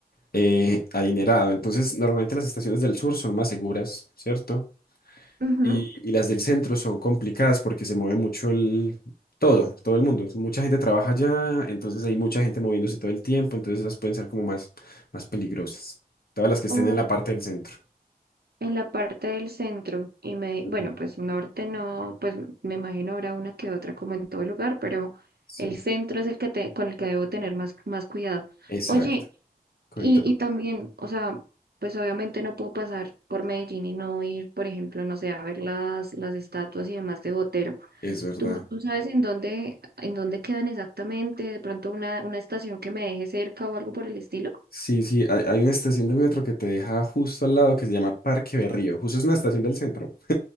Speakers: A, on the left (about 65°); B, on the right (about 75°).
A: eh, adinerado. Entonces, normalmente las estaciones del sur son más seguras, ¿cierto?
B: ujú.
A: Y, y las del centro son complicadas porque se mueve mucho el... Todo, todo el mundo. Mucha gente trabaja allá, entonces hay mucha gente moviéndose todo el tiempo, entonces esas pueden ser como más, más peligrosas. Todas las que estén
B: O
A: en la parte del centro.
B: en la parte del centro, y me,
A: Ujú.
B: bueno, pues norte no, pues me imagino habrá una que otra como en todo lugar, pero
A: Sí,
B: el centro es el que te, con el que debo tener más, más cuidado.
A: exacto.
B: Oye,
A: Cuéntame.
B: Y, y también, o sea, pues obviamente no puedo pasar por Medellín y no ir, por ejemplo, no sé, a ver las, las estatuas y demás de Botero.
A: Es verdad.
B: ¿Tú, tú sabes en dónde, en dónde quedan exactamente? De pronto una, una estación que me deje cerca o algo por el estilo.
A: Sí, sí, hay, hay una estación del metro que te deja justo al lado que se llama Parque Berrío. Justo es una estación del centro. <laughs>